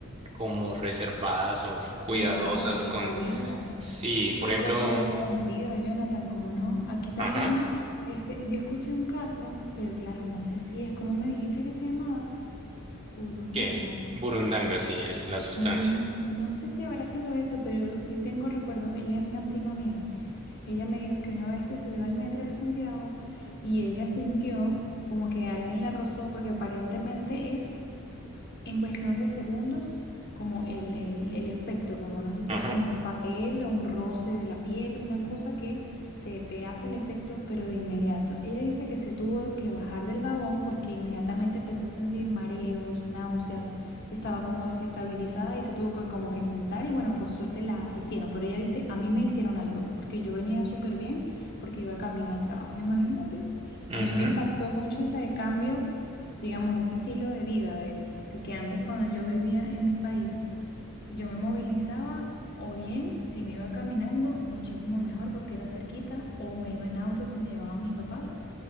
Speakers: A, on the right; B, on the left.
A: como reservadas o cuidadosas
B: claro, precavida.
A: con, sí, por
B: Y
A: ejemplo,
B: con todo sentido, Jonathan, ¿cómo no? Aquí también,
A: ajá,
B: este, yo escuché un caso, pero claro, no sé si es, como me dijiste que se llamaba? Burundanga.
A: ¿qué? Burundanga, sí, el- la sustancia.
B: Mm, no sé si habrá sido eso, pero sí tengo recuerdo, ella es una prima mía. Ella me dijo que una vez se subió al metro de Santiago y ella sintió como que alguien la rozó porque aparentemente es en cuestión de segundos, como el, el, el efecto, como no sé si
A: Ajá.
B: es como un papel o un roce de la piel, una cosa que te, te hace el efecto, pero de inmediato. Ella dice que se tuvo que bajar del vagón porque inmediatamente empezó a sentir mareos, náuseas, estaba como desestabilizada y se tuvo que como que sentar y bueno, por suerte la asistieron, pero ella dice, a mí me hicieron algo, porque yo venía súper bien, porque iba camino al trabajo, imagínate.
A: Ujú.
B: A mí me impactó mucho ese cambio digamos, ese estilo de vida, de que antes cuando yo vivía en mi país, yo me movilizaba o bien si me iba caminando, muchísimo mejor porque era cerquita, o me iba en auto si me llevaban mis papás,